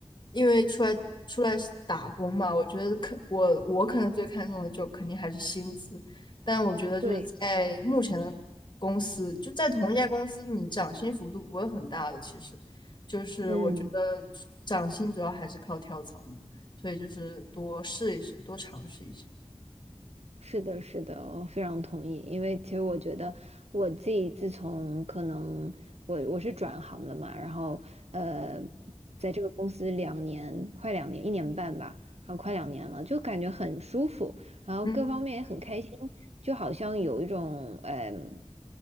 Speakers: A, on the left; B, on the right.
A: 因为出来出来打工嘛，我觉得可我我可能最看重的就肯定还是薪资，但我觉得就是在目前的公司，
B: 对，
A: 就在同一家公司，你涨薪幅度不会很大的，其实就是我觉得涨薪主要还是靠跳槽嘛，
B: 嗯。
A: 所以就是多试一试，多尝试一下。
B: 是的，是的，我非常同意。因为其实我觉得我自己自从可能我我是转行了嘛，然后呃，在这个公司两年，快两年，一年半吧，然后快两年了，就感觉很舒服，然后各方面也很开心，
A: 嗯，
B: 就好像有一种嗯，